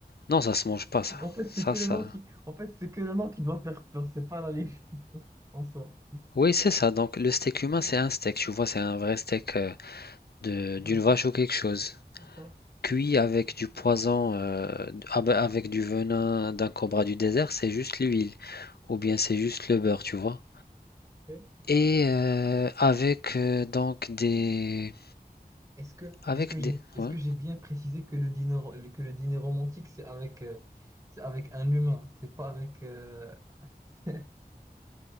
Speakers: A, on the left (about 75°); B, on the right (about 20°).
A: non ça se mange pas ça
B: En fait,
A: ça
B: c'est que le
A: ça
B: nom qui, en fait, c'est que le nom qui doit faire peur, c'est pas l'aliment <laughs> en soi.
A: oui c'est ça donc le steak humain c'est un steak tu vois c'est un vrai steak euh, de-
B: D'accord,
A: d'une vache ou quelque chose.
B: d'accord.
A: Cuit avec du poison, euh, ah ben, avec du venin d'un cobra du désert, c'est juste l'huile, ou bien c'est juste le beurre, tu vois.
B: ok.
A: Et euh, avec euh, donc des,
B: Est-ce que,
A: avec
B: est-ce que j'ai,
A: des,
B: est-ce
A: ouais.
B: que j'ai bien précisé que le dîner, le- que le dîner romantique, c'est avec, euh, c'est avec un humain, c'est pas avec... euh, <laughs>